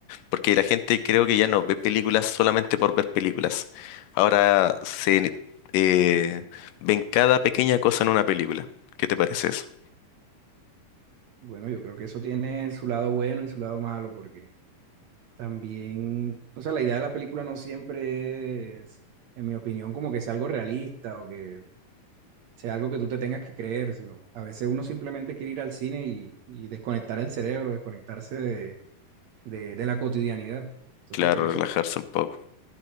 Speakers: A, on the left (about 85°); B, on the right (about 70°).
A: porque la gente creo que ya no ve películas solamente por ver películas. Ahora se eh, ven cada pequeña cosa en una película. ¿Qué te parece eso?
B: Bueno, yo creo que eso tiene su lado bueno y su lado malo, porque también, o sea, la idea de la película no siempre es, en mi opinión, como que sea algo realista o que sea algo que tú te tengas que creer, sino a veces uno simplemente quiere ir al cine y, y desconectar el cerebro, desconectarse de, de- de la cotidianidad. Entonces,
A: Claro,
B: por eso...
A: relajarse un poco.